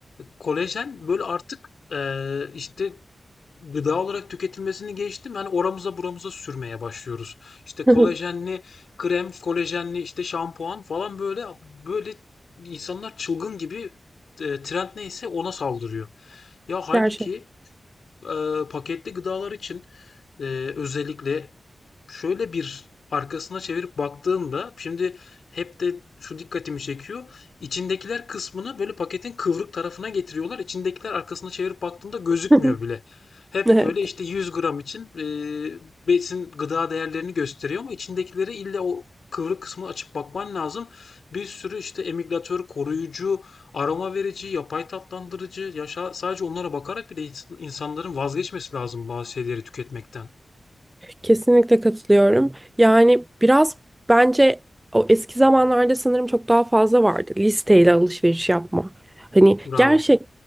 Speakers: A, on the left (about 75°); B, on the right (about 15°).
A: Kolajen böyle artık eee, işte gıda olarak tüketilmesini geçtim. Hani oramıza buramıza sürmeye başlıyoruz. İşte kolajenli
B: <laughs>
A: krem, kolajenli işte şampuan falan böyle böyle insanlar çılgın gibi e, trend neyse ona saldırıyor. Ya halbuki
B: Gerçekten.
A: e, paketli gıdalar için e, özellikle Şöyle bir arkasına çevirip baktığında şimdi hep de şu dikkatimi çekiyor. İçindekiler kısmını böyle paketin kıvrık tarafına getiriyorlar. İçindekiler arkasına çevirip baktığında gözükmüyor
B: <laughs>
A: bile. Hep
B: Evet.
A: böyle işte 100 gram için eee, besin gıda değerlerini gösteriyor ama içindekileri illa o kıvrık kısmını açıp bakman lazım. Bir sürü işte emülgatör, koruyucu, aroma verici, yapay tatlandırıcı, yaşa, sadece onlara bakarak bile insanların vazgeçmesi lazım bazı şeyleri tüketmekten.
B: Kesinlikle katılıyorum. Yani biraz bence o eski zamanlarda sanırım çok daha fazla vardı listeyle alışveriş yapma. Hani
A: Bravo.
B: gerçek